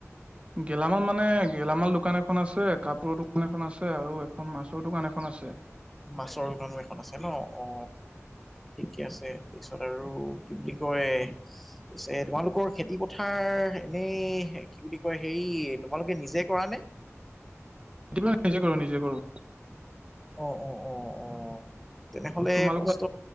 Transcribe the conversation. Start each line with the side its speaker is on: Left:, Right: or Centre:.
Right: গেলামাল মানে গেলামাল দোকান এখন আছে কাপোৰৰ দোকান এখন আছে আৰু এখন মাছৰ দোকান এখন আছে।
Centre: মাছৰ দোকানো এখন আছে ন অ। ঠিকে আছে তাৰ পিছত আৰু কি বুলি কয়। পিছে তোমালোকৰ খেতিপথাৰ এনেই কি বুলি কয় হেৰি তোমালোকে নিজে কৰা নে?
Right: এতিপা নিজে কৰো নিজে কৰো।
Centre: অ অ অ অ তেনেহলে
Right: তোমালোকৰ
Centre: কষ্ট।